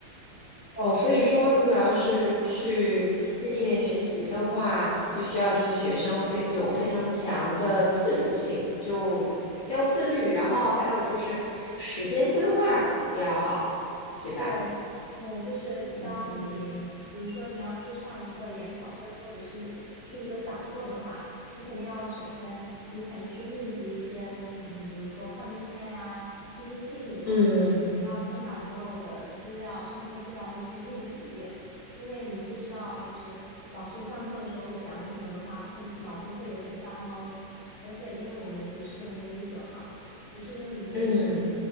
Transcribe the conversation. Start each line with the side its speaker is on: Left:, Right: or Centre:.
Left: 哦，所以说，如果要是去那面学习的话，就需要这个学生非有非常强的自主性，就要自律，然后还有就是时间规划也要好，对吧？
Right: 对，对，就是当你，
Left: 嗯嗯。
Right: 比如说你要去上一个研讨会，或者是去一个讲座的话，你肯定要首先提前去预习一些，嗯，比如说幻灯片呀、PPT 这种，
Left: 嗯
Right: 你要先把所有的资料、上课资料都先预习一遍，因为你不知道就是老师上课的时候会讲什么的话，会脑子会有点发懵，而且因为我们不是母语者嘛，不是英语母语者。
Left: 嗯。